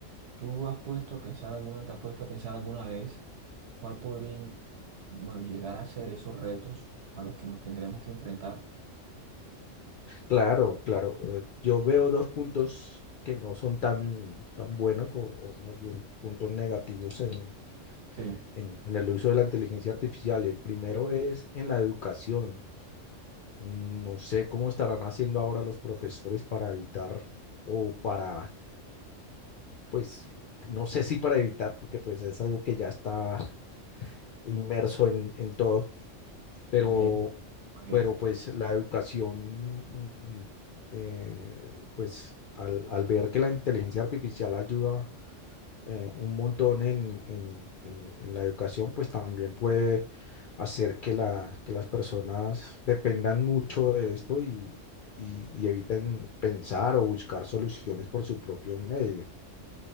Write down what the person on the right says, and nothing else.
¿Tú has puesto a pensar alguna, te has puesto a pensar alguna vez cuál podrían, bueno, llegar a ser esos retos a los que nos tendríamos que enfrentar?
Sí,
ok, ok.